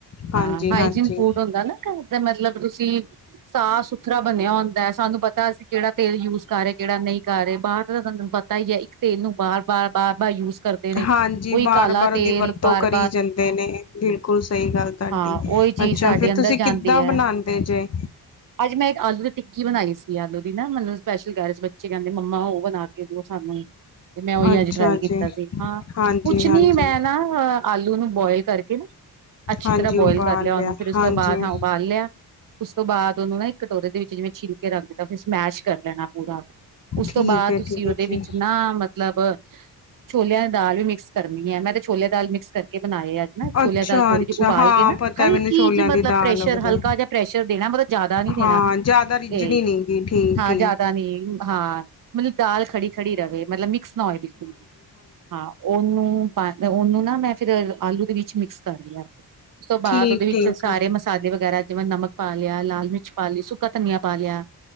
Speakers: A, on the right; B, on the left.
A: ਹਾਂ
B: ਹਾਂਜੀ
A: ਹਾਈਜੀਨ
B: ਹਾਂਜੀ
A: ਫੂਡ ਹੁੰਦਾ ਨਾ ਦਾ ਮਤਲਬ ਤੁਸੀਂ ਸਾਫ਼ ਸੁਥਰਾ ਬਣਿਆ ਹੁੰਦਾ ਸਾਨੂੰ ਪਤਾ ਅਸੀਂ ਕਿਹੜਾ ਤੇਲ ਯੂਜ ਕਰ ਰਹਾ, ਕਿਹੜਾ ਨਹੀਂ ਕਰ ਰਹੇ ਬਾਹਰ ਤਾਂ ਤੁਹਾਨੂੰ ਪਤਾ ਹੀ ਹੈ। ਇੱਕ ਤੇਲ ਨੂੰ ਬਾਹਰ ਵਾਰ ਵਾਰ ਵਾਰ ਯੂਜ ਕਰਦੇ ਨੇ
B: ਹਾਂਜੀ
A: ਕੋਈ
B: ਬਾਰ
A: ਕਾਲਾ
B: ਬਾਰ
A: ਤੇਲ
B: ਦੀ ਵਰਤੋਂ
A: ਵਾਰ।
B: ਜਾਂਦੇ ਨੇ ਬਿਲਕੁਲ ਸਹੀ ਗੱਲ ਤੁਹਾਡੀ
A: ਹਾਂ ਉਹੀ ਚੀਜ਼
B: ਅੱਛਾ
A: ਸਾਡੇ
B: ਫੇਰ
A: ਅੰਦਰ
B: ਤੁਸੀਂ
A: ਜਾਂਦੀ
B: ਕਿੱਦਾਂ
A: ਹੈ
B: ਬਣਾਉਦੇ ਜੇ
A: ਅੱਜ ਮੈਂ ਇੱਕ ਆਲੂ ਦੀ ਟਿੱਕੀ ਬਣਾਈ ਸੀ। ਆਲੂ ਦੀ ਨਾ ਮੈਨੂੰ ਸਪੈਸ਼ਲ ਗੈਰਸ ਬੱਚੇ ਕਹਿੰਦੇ ਮੰਮਾ ਉਹ ਬਣਾ ਕੇ। ਕਿ ਦਿਉ ਸਾਨੂੰ ਤੇ ਮੈਂ ਉਹੀ
B: ਅੱਛਾ
A: ਅੱਜ ਟਰਾਈ ਕੀਤਾ
B: ਜੀ
A: ਸੀ ਹਾਂ
B: ਹਾਂਜੀ
A: ਕੁਛ
B: ਹਾਂਜੀ
A: ਨੀ ਮੈਂ ਨਾ ਆਲੂ ਨੂੰ ਬੋਇਲ ਕਰਕੇ ਨਾ ਅੱਛੀ
B: ਹਾਂਜੀ
A: ਤਰ੍ਹਾਂ ਬੋਇਲ
B: ਉਬਾਲ
A: ਕਰ ਲਿਆ ਉਹਨੂੰ ਫਿਰ ਉਸ
B: ਹਾਂਜੀ
A: ਤੋਂ ਬਾਅਦ ਹਾਂ ਉਬਾਲ ਲਿਆ। ਉਸ ਤੋਂ ਬਾਅਦ ਉਹਨੂੰ ਨਾ ਇੱਕ ਕਟੋਰੇ ਦੇ ਵਿੱਚ ਜਿਵੇਂ ਛਿਲਕੇ ਰੰਗ ਦਿੱਤਾ। ਫਿਰ ਸਮੈਸ਼ ਕਰ ਲੈਣਾ ਪੂਰਾ ਉਸ
B: ਠੀਕ
A: ਤੋਂ ਬਾਅਦ
B: ਹੈ
A: ਤੁਸੀਂ
B: ਠੀਕ ਹੈ
A: ਉਹਦੇ
B: ਜੀ
A: ਵਿੱਚ ਨਾ। ਮੈਂ ਨਾ ਮਤਲਬ ਛੋਲਿਆਂ ਦੀ ਦਾਲ ਵੀ ਮਿਕਸ ਕਰਨੀ ਹੈ ਮੈਂ ਤੇ ਛੋਲਿਆਂ। ਦਾਲ ਮਿਕਸ ਕਰਕੇ ਬਣਾਏ ਅੱਜ ਨਾ
B: ਅੱਛਾ-ਅੱਛਾ
A: ਛੋਲਿਆਂ ਦਾਲ ਥੋੜ੍ਹੀ ਜਿ ਉਬਾਲ
B: ਹਾਂ
A: ਕੇ ਨਾ
B: ਪਤਾ
A: ਹਲਕੀ
B: ਹੈ ਮੈਨੂੰ ਛੋਲਿਆਂ
A: ਜਿਹੀ
B: ਦੀ
A: ਮਤਲਬ
B: ਦਾਲ
A: ਪ੍ਰੈਸ਼ਰ
B: ਵਗੈਰਾ
A: ਹਲ ਜਾਂ ਪ੍ਰੈਸ਼ਰ ਦੇਣਾ ਮਤਲਬ ਜ਼ਿਆਦਾ ਨੀ ਦੇਣਾ
B: ਹਾਂ ਜ਼ਿਆਦਾ ਰਿੱਝਣੀ
A: ਤੇ
B: ਨੀ ਗੀ ਠੀਕ-ਠੀਕ
A: ਹਾਂ ਜ਼ਿਆਦਾ ਨੀ ਹਾਂ ਮਤਲਬ ਦਾਲ ਖੜੀ ਖੜੀ ਰਹੇ ਮਤਲਬ ਮਿਕਸ ਨਾ ਹੋਏ ਬਿਲਕੁਲ ਵੀ, ਹਾਂ ਉਹਨੂੰ ਉਹਨੂੰ ਨਾ ਮੈਂ ਫਿਰ ਆਲੂ ਦੇ ਵਿੱਚ ਮਿਕਸ ਕਰ ਲਿਆ ਉਸ ਤੋਂ ਬਾਅਦ
B: ਠੀਕ-ਠੀਕ
A: ਉਹਦੇ ਵਿੱਚ ਸਾਰੇ
B: ਆ
A: ਮਸਾਲੇ ਵਗੈਰਾ ਜਿਵੇਂ ਨਮਕ ਪਾ ਲਿਆ ਲਾਲ ਮਿਰਚ ਪਾ ਲਈ, ਸੁੱਕਾ ਧਨੀਆ ਪਾ ਲਿਆ,